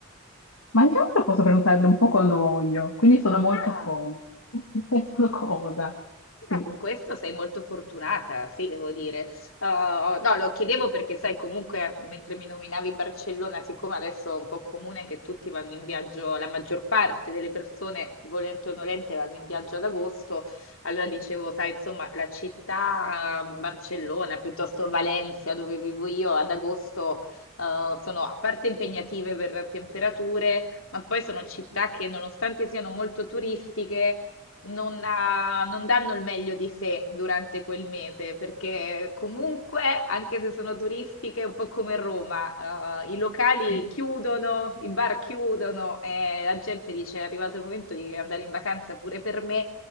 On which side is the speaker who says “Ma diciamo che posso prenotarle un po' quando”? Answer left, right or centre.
Left